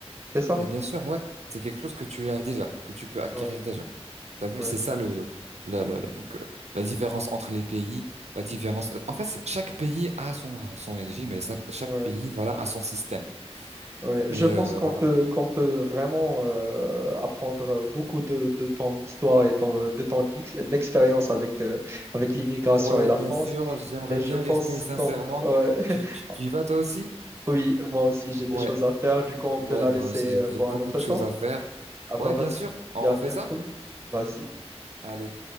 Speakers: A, on the right (about 25°); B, on the right (about 80°).
A: c'est ça?
B: mais bien sûr, ouais, c'est quelque chose que tu as déjà, que tu peux acquérir
A: Ouais,
B: déjà. T'as vu,
A: ouais,
B: c'est ça le, la, la, la- donc, euh, la différence entre les pays, la différence. En fait, chaque pays a son, son régime et ça- chaque
A: ouais,
B: pays, voilà, a son système.
A: ouais.
B: Mais
A: Je pense
B: euh,
A: qu'on
B: voilà
A: peut, qu'on peut vraiment euh, apprendre beaucoup de, de ton histoire et de, de ton ex- expérience avec, euh, avec l'immigration
B: Ouais,
A: et la France.
B: bien sûr, j'aimerais
A: Mais je
B: bien
A: pense
B: rester sincèrement.
A: qu'on... ouais. <laughs>
B: Tu, tu, tu y vas toi aussi?
A: Oui, moi aussi, j'ai des
B: Ouais,
A: choses à faire. Du coup, on
B: ouais,
A: peut la
B: moi
A: laisser
B: aussi, j'ai
A: euh, pour
B: j'ai beaucoup
A: un autre
B: de choses
A: temps.
B: à faire.
A: Ah bah
B: Ouais,
A: vas-y,
B: bien sûr, on
A: et à
B: refait
A: bientôt.
B: ça?
A: Vas-y.
B: Allez.